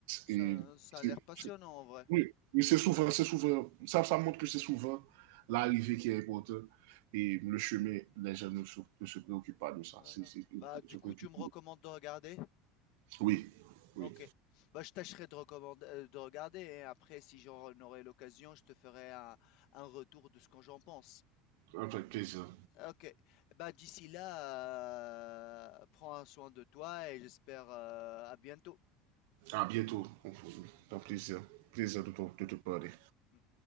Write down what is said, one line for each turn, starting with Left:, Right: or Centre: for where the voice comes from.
Left: Ça
Right: et
Left: ça
Right: c'est-
Left: a l'air passionnant
Right: c'est-
Left: en vrai.
Right: oui, oui, c'est souvent, c'est souvent, ça, ça montre que c'est souvent l'arrivée qui est importante et le chemin, les gens ne se, ne se préoccupent pas de ça.
Left: D'accord.
Right: C'est- c'est- ils
Left: Bah, du
Right: se
Left: coup,
Right: préoccupent
Left: tu me recommandes de regarder?
Right: Oui,
Left: OK.
Right: oui,
Left: Bah, je tâcherai de recommand heu, de regarder, hein. Après, si j'en aurai l'occasion, je te ferai un un retour de ce que j'en pense.
Right: avec plaisir.
Left: OK. Bah, d'ici là, heu, prends soin de toi et j'espère, heu, à bientôt.
Right: À bientôt. Un plaisir, plaisir de te- de te parler.
Left: Mmh. Mmh.